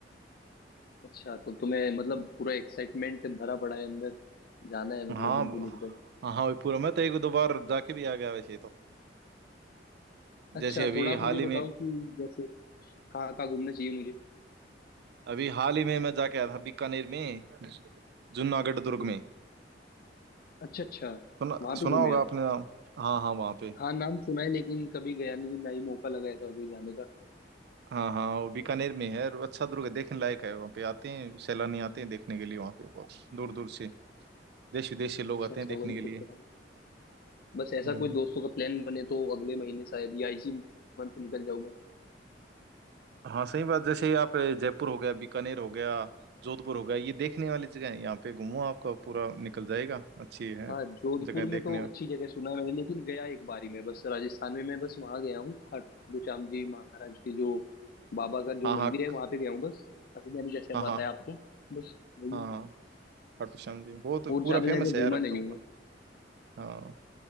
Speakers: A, on the left (about 55°); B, on the right (about 60°).
A: अच्छा तो तुम्हें मतलब पूरा एक्साइटमेंट भरा पड़ा है अंदर जाना है मतलब
B: हाँ
A: बिल्कुल
B: ब-
A: एकदम
B: हाँ हाँ वही पूरा मैं तो एक दो बार जाके भी आ गया वैसे तो
A: अच्छा
B: जैसे अभी
A: थोड़ा आप
B: हाल
A: मुझे
B: ही
A: बताओ
B: में
A: कि जैसे कहाँ कहाँ घूमना चाहिए मुझे
B: अभी हाल ही में मैं जाके आया था बीकानेर में जूनागढ़ दुर्ग में
A: अच्छा अच्छा
B: सुना
A: वहां पे
B: सुना
A: घूमे
B: होगा आपने
A: आप
B: नाम हाँ हाँ वहाँ पे
A: हाँ नाम सुना है लेकिन कभी गया नहीं ना ही मौका लगा ऐसा कोई जाने का
B: हाँ हाँ वो बीकानेर में है और अच्छा दुर्ग है, देखने लायक है वहाँ पे आते हैं सैलानी आते हैं देखने के लिए वहाँ पे बहुत दूर दूर से देश विदेश से लोग
A: अच्छा
B: आते
A: अच्छा
B: हैं देखने
A: वही
B: के लिए
A: सुन रहा हूँ बस ऐसा
B: हम्म
A: कोई दोस्तों का प्लान बने तो अगले महीने शायद या इसी मंथ निकल जाऊं मैं
B: हाँ सही बात जैसे आप जयपुर हो गया बीकानेर हो गया जोधपुर हो गया ये देखने वाली जगह है यहाँ पे घूमो आपका पूरा निकल जाएगा अच्छी है
A: हाँ जोधपुर
B: जगह देखने
A: में तो अच्छी जगह सुना है मैंने लेकिन गया एक बार ही मैं बस राजस्थान में मैं बस वहां गया हूँ खाटू श्याम जी महाराज के जो बाबा का जो
B: हाँ हाँ
A: मंदिर है वहां पे गया हूँ बस अभी मैंने जैसे
B: हाँ
A: बताया
B: हाँ
A: आपको बस वही
B: हाँ
A: है।
B: हाँ खाटू श्याम जी बहुत
A: और
B: पूरा
A: ज्यादा
B: फेमस
A: जगह
B: है यार
A: घूमा
B: अब
A: नहीं
B: तो
A: हूँ
B: पूरा
A: मैं
B: हाँ